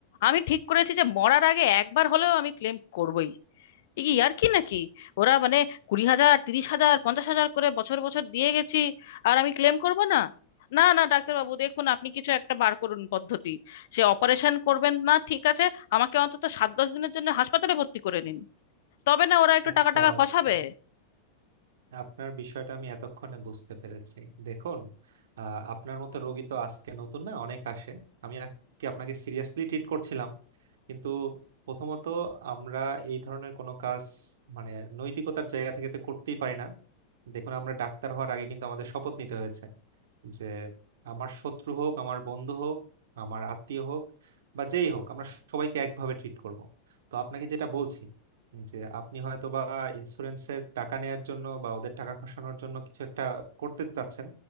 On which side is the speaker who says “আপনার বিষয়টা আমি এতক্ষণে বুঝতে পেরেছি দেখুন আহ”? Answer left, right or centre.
Right